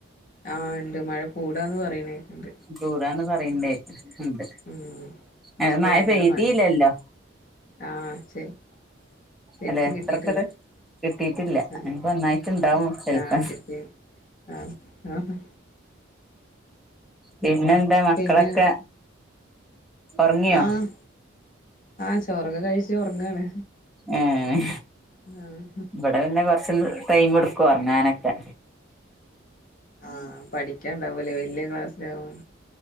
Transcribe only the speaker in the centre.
കൂടാന്ന് പറയണ്ടേ ഉണ്ട്
എ മയ
പെയ്തീല്ലല്ലൊ.
അല്ലെ അത്രക്ക്ട്.
കിട്ടിറ്റില്ല
ഇഞ്ഞ്പ്പ ഒന്നായ്ട്ട് ഇണ്ടാവൊ
ചെൽപ്പം.
പിന്നെന്താ മക്കളൊക്കെ.
ഒറങ്ങിയോ
ഏഹ്.
ഇവട പിന്നെ കൊറച്ന്ന് ടൈമ്ട്ക്കു ഒർങ്ങാനക്കെ.